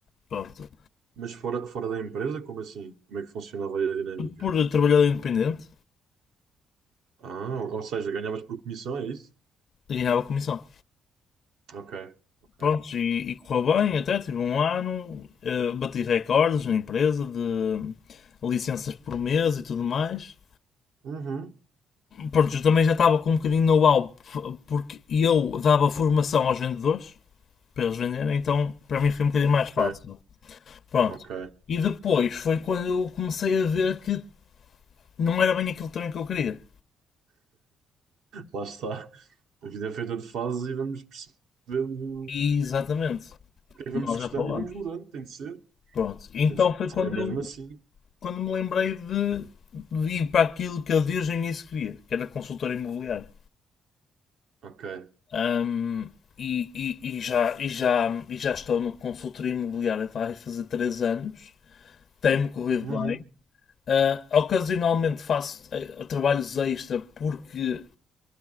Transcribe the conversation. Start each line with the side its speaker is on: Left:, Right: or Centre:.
Left: Pronto.
Right: Mas fora, fora da empresa, como assim? Como é que funcionava aí a dinâmica?
Left: Por trabalhador independente,
Right: Ah, ou seja, ganhavas por comissão, é isso?
Left: ganhava comissão.
Right: Ok, ok.
Left: Prontos, e, e correu bem até, tive um ano, eh, bati recordes na empresa de licenças por mês e tudo mais.
Right: Uhum.
Left: Pronto, eu também já estava com um bocadinho de know-how, porque eu dava formação aos vendedores, para eles venderem, então para mim foi um bocadinho mais
Right: Ok,
Left: fácil. Pronto.
Right: ok.
Left: E depois foi quando eu comecei a ver que não era bem aquilo também que eu queria.
Right: Lá está. A vida é feita de fases e vamos percebendo
Left: E, exatamente,
Right: o que é
Left: como
Right: que vamos
Left: nós
Right: gostando
Left: já falamos.
Right: e vamos mudando. Tem de ser.
Left: Pronto, então
Right: Tem de
Left: foi quando
Right: ser. É mesmo
Left: eu
Right: assim.
Left: quando me lembrei de, de ir para aquilo que eu desde o início queria, que era consultor imobiliário.
Right: Ok.
Left: Ahm, e, e- e já, e, já, e já estou no consultor imobiliário vai fazer 3 anos, tem-me corrido
Right: Uhum.
Left: bem. Ah, ocasionalmente faço eh, trabalhos extra porque